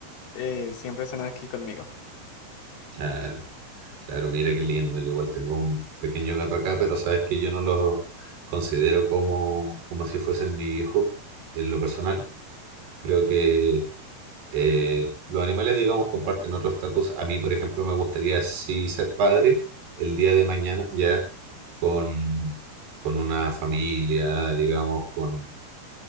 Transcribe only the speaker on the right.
Claro, claro, mira qué lindo. Yo igual tengo un pequeño gato acá, pero sabes que yo no los considero como, como si fuesen mi hijo en lo personal. Creo que Eh, los animales, digamos, comparten otro estatus. A mí, por ejemplo, me gustaría sí ser padre el día de mañana, ya con, con una familia, digamos, con,